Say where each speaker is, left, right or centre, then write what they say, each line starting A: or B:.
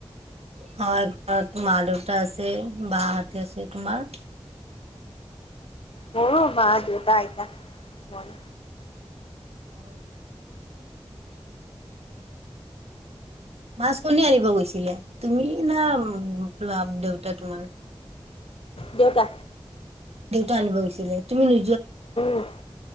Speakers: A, on the right; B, on the left.
A: হয় ঘৰত মা দেউতা আছে বাহঁতে আছে। তোমাৰ?
B: মোৰো মা দেউতা। মই
A: অ মাছ কণী আনিব গৈছিলে তুমি না ল দেউতা তোমাৰ
B: দেউতা
A: দেউতা আনিব গৈছিলে তুমি নি
B: উম